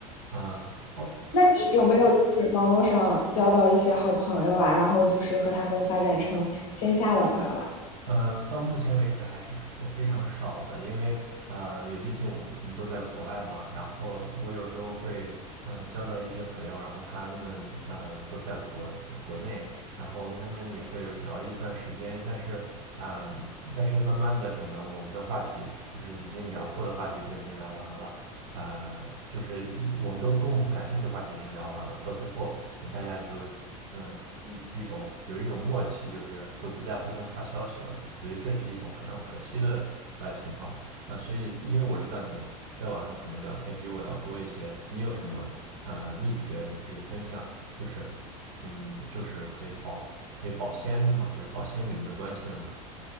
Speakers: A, on the right; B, on the left.
A: 啊、哦，
B: 那你有没有就是网络上交到一些好朋友啊，然后就是和他们发展成线下的朋友了？
A: 嗯，到目前为止还是说非常少的，因为呃，也毕竟我们都在国外嘛，然后我有时候会呃交到一些朋友，然后他们呃都在国国内，然后我跟他们也会聊一段时间，但是嗯、呃但是慢慢的可能我们的话题就是已经聊过的话题都已经聊完了，呃，就是一我们都共同感兴趣的话题已经聊完了，到最后可能大家都。嗯，一一种有一种默契，就是都不再互相发消息了。我觉得这是一种非常可惜的呃情况。呃，所以因为我知道你在网上可能聊天比我要多一些，你有什么呃秘诀你可以分享？就是嗯，就是可以保可以保鲜的吗？就是保鲜你们的关系的吗？